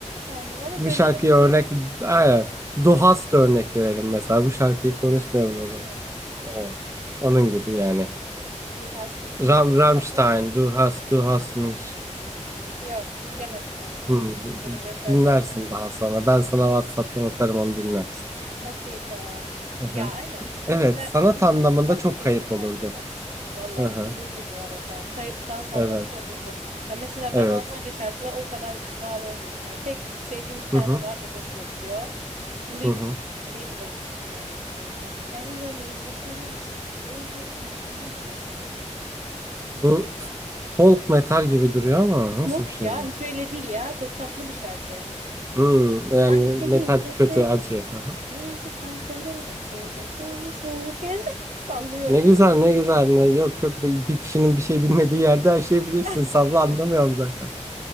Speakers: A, on the right; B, on the right.
A: Aynen ama
B: Bu
A: söylenebilecek
B: şarkıya örnek, aynen. Duhast örnek verelim mesela. Bu şarkıyı
A: bir
B: konuşmayalım
A: hasta.
B: o zaman.
A: Hmm,
B: Evet. Onun
A: bunu bilmiyorum.
B: gibi yani.
A: Du hastı bilmiyorum.
B: Ram, Rammstein,
A: Nasıl?
B: Du hast, du hast mich.
A: Yok, bilemedim ben onu.
B: Hmm,
A: Benim repertuarım.
B: dinlersin daha sonra. Ben sana
A: Ha.
B: WhatsApp'tan atarım onu dinlersin.
A: Okey tamam.
B: Hı hı.
A: Ya aynen bu çok
B: Evet,
A: güzel
B: sanat
A: değil
B: anlamında
A: ama farklı
B: çok
A: teknikler
B: kayıp olurdu.
A: de var. Valla
B: Hı hı.
A: olurdu bu arada. Say- sanat anlamında
B: Evet,
A: olurdu. Ya mesela
B: evet.
A: ben Almanca şarkılar o kadar wow olmuyorum. Yani tek sevdiğim bir tane
B: Hı hı.
A: var o hoşuma gidiyor. Lieb
B: Hı hı.
A: Lieblingsmensch miydi? Hello Lieblingsmensch, der Wiese Kompliment dafür.
B: Bu folk metal gibi duruyor ama nasıl
A: Yok
B: bir şey
A: ya
B: bu?
A: hiç öyle değil ya. Çok tatlı bir şarkı.
B: Hmm, yani
A: Danke
B: metal
A: Lieblingsmensch.
B: kötü, acı. Hı hı.
A: Reis complementa foda sulu suluken. <laughs> Sallıyorum
B: Ne güzel,
A: bu.
B: ne güzel. Ne, yok yok bir bir kişinin bir şey bilmediği yerde her şeyi bilirsin.
A: arada.
B: Salla anlamıyorum zaten.